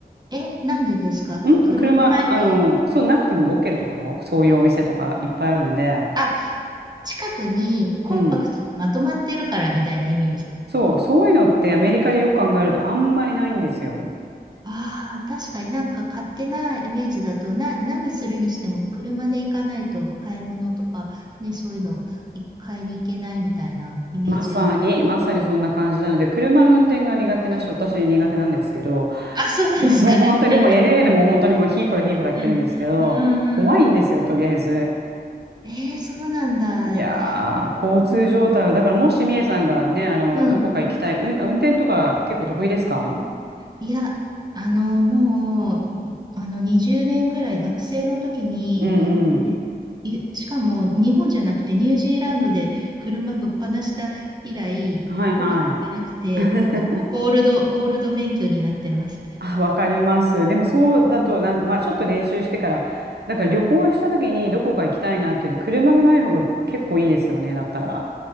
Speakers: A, on the right (about 25°); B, on the right (about 80°).
A: え、なんでですか車ないと、
B: ん車、あの、そう、なくても動けるところ、そういうお店とかいっぱいあるんで、
A: あ、近くにコンパクトにまとまってるからみたいな意味ですか
B: うん。そう、そういうのってアメリカでよく考えるとあんまりないんですよ。
A: ああ、確かになんか勝手なイメージだと、な、何するにしても車で行かないと買い物とか、ね、そういうのい買いに行けないみたいなイメージあり。
B: まさに、まさにそんな感じなので、車の運転が苦手な人、
A: うん、
B: 私苦手なんですけど、
A: あ、そうなんですか。
B: もう本当にもう
A: <laughs>
B: LA でも本当にもうひーこらひーこら言ってるんですけど、
A: うん、うん、う
B: 怖いんですよ、
A: ん。うん
B: とりあえず。
A: えー、そうなんだ。
B: いやー、
A: えー、
B: 交通状態は、だからもしみえさんがね、あの、
A: うん、
B: どこか行きたい、
A: うん。
B: うん、あ運転とか結構得意ですかうん
A: いや、あの、もう、あの、20年ぐらい学生の時に、
B: うん。
A: 運転ゆしかも日本じゃなくてニュージーランドで車ぶっ放した以来、
B: はいはい。
A: ほぼ乗ってなくて、
B: <laughs>
A: だからゴ、ゴールド、ゴールド免許になってます。
B: あ、わかります。でもそうだと、
A: うん、
B: なんかまあちょっと練習してから、だから旅行した時にどこか行きたいなっていうと車がない方が結構いいですよね、だったら。